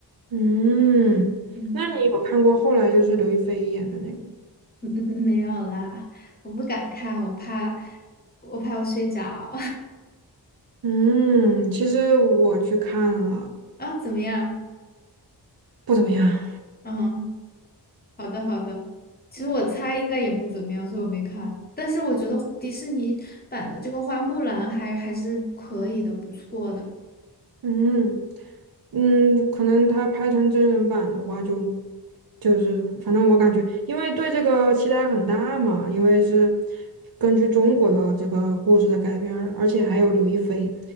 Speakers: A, on the right; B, on the left.
A: 嗯，
B: 嗯，
A: 那你有看过后来就是刘亦菲演的那个吗？
B: <laughs> 没有啦，我不敢看，我怕，我怕我睡着。
A: 嗯，其实我去看了，
B: <laughs> 啊，怎么样？
A: 不怎么样。
B: 嗯。好的，好的。其实我猜应该也不怎么样，所以我没看。但是我觉得迪士尼版的这个花木兰还还是可以的，不错的。
A: 嗯嗯，可能他拍成真人版的话就就是反正我感觉，因为对这个期待很大嘛，因为是根据中国的这个故事的改编，而而且还有刘亦菲，